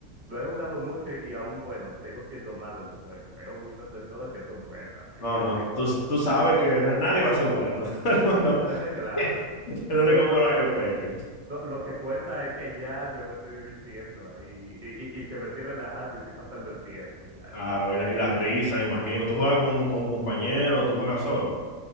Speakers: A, on the right; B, on the left.
A: Lo he jugado mucho y, y aún bueno, sigo siendo malo en el juego. Veo muchas personas que son buenas y
B: No,
A: así.
B: no, tú, tú sabes que na- nadie va a ser bueno, <laughs> todo el mundo,
A: <laughs> Claro.
B: <laughs> el único
A: Lo, lo-
B: bueno
A: lo-
B: es el Faker.
A: lo- lo que cuenta es que ya yo me estoy divirtiendo ahí y, y- y que me estoy relajando y estoy pasando el tiempo ya.
B: Claro, y la, y la risa, me imagino. ¿Tú juegas con, con compañeros, tú juegas solo?